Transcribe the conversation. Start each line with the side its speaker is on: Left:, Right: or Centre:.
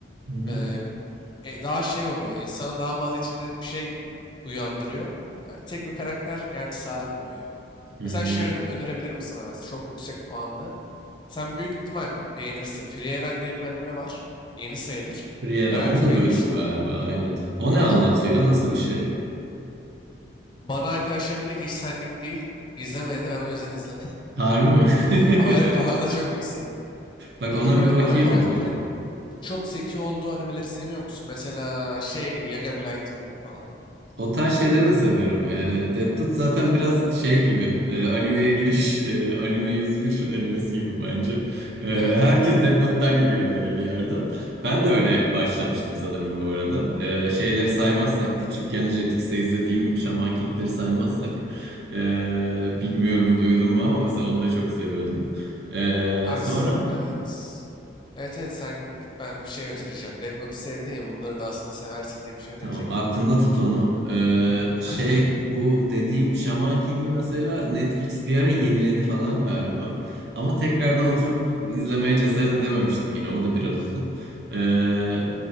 Right: Hı hı.
Left: Ee, e, daha şey oluyor. İnsanın daha fazla içinde bir şey uyandırıyor. Yani tek bir karakter yani sarmıyor ya.
Right: Hı hı.
Left: Mesela şey öne- önerebilirim sana ben. Çok yüksek puanlı. Sen büyük ihtimal beğenirsin. Free Eren diye bir anime var. Yeni sayılır.
Right: Friera,
Left: Garanti
Right: onu da
Left: beğenirsin
Right: duydum galiba,
Left: onu.
Right: aynen. O
Left: O
Right: ne
Left: da
Right: anlatıyor?
Left: çok popüler.
Right: Nasıl bir şey?
Left: Bana arkadaşlarım dedi ki hiç senlik değil. İzleme dedi. Ben o yüzden izlemedim.
Right: Harbi mi? <laughs>
Left: <laughs> Ama evet, puanı çok yüksek.
Right: Bak
Left: Peki
Right: ona
Left: böyle
Right: bir bakayım
Left: ana karakterin
Right: o zaman.
Left: Çok zeki olduğu animeleri seviyor musun? Mesela şey gibi Yagami Light gibi falan.
Right: O tarz şeyleri de severim. E, Death Note zaten biraz şey gibi. e, animeye giriş, e, anime 101 animesi gibi bence. E,
Left: Evet
Right: herkes
Left: evet.
Right: Death Note'tan giriyor böyle bir yerden. Ben de öyle başlamıştım sanırım bu arada. E, şeyleri saymazsak, küçükken Jetix'te izlediğim Shaman King'leri saymazsak. e, bilmiyorum duydun mu ama mesela onu da çok seviyordum. E,
Left: Abi
Right: sonra...
Left: s- evet. Evet evet sen git ben bir şey önereceğim. Death Note'u sevdin ya bunları da aslında seversin diye bir şey önerecektim
Right: Tamam, aklında
Left: de.
Right: tut onu. Ee, şey
Left: <laughs>
Right: bu dediğim Shaman King'i mesela Netflix bir ara yeniledi falan galiba. Ama tekrardan oturup izlemeye cesaret edememiştim yine. O da biraz uzun. Ee,